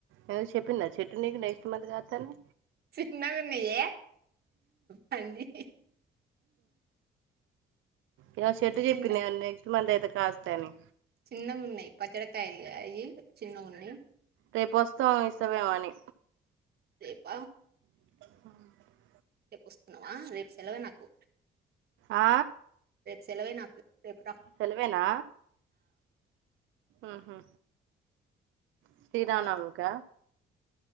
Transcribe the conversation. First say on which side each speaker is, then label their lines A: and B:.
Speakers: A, on the right; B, on the right.
A: ఎందుకు చెప్పిందా చెట్టు నీకు నెక్స్ట్ మంత్ కాస్తానీ
B: ఉన్నగాన్నా ఏ పంది
A: ఇగా చెట్టు చెప్పిందా
B: చిన్న
A: నెక్స్ట్ మంత్ అయితే కాస్తానీ
B: చిన్నగున్నయి పచ్చడికాయలు అవి చిన్నగున్నియి
A: రేపు వస్తాం ఇస్తమేమని
B: రేప
A: ఆ
B: రేప్పొస్తున్నావా రేపు సెలవే నాకు
A: ఆ
B: సెలవే నాకు రేపు రా
A: సెలవేనా ఆహా శ్రీరామనవమిక
B: ఆ